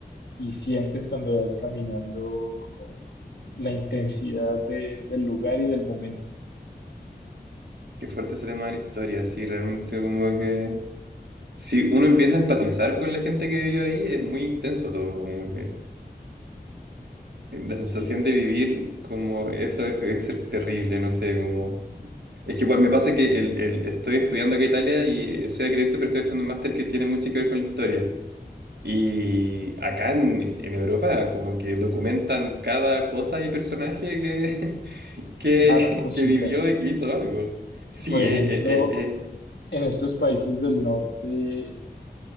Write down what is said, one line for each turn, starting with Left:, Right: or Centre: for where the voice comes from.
Left: y sientes cuando vas caminando como la intensidad de- del lugar y del momento.
Right: Qué fuerte ese tema de la historia. Sí, realmente como que... Si uno empieza a empatizar con la gente que vivió ahí, es muy intenso todo. Como que eh, la sensación
Left: Sí,
Right: de vivir como eso es, es ser terrible, no sé, como... Es que igual me pasa que el, el- estoy estudiando acá en Italia y soy arquitecto, pero estoy haciendo un máster que tiene mucho que ver con la historia. Y acá en, en Europa como que documentan cada cosa y personaje que, <laughs> que,
Left: cada cosita.
Right: que vivió y que hizo algo. Sí,
Left: Por ejemplo,
Right: eh, eh, eh, eh.
Left: en estos países del norte